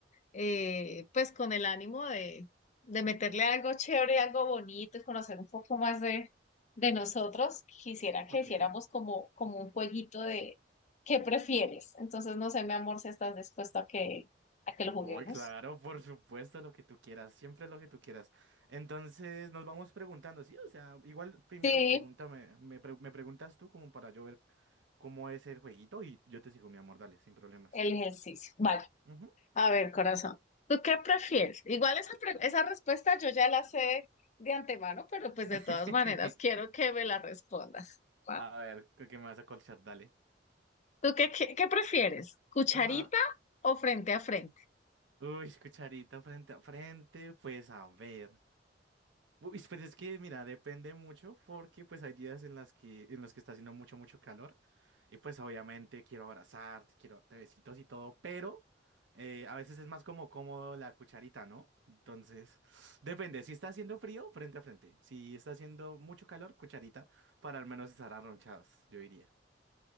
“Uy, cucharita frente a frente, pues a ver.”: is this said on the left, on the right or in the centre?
Right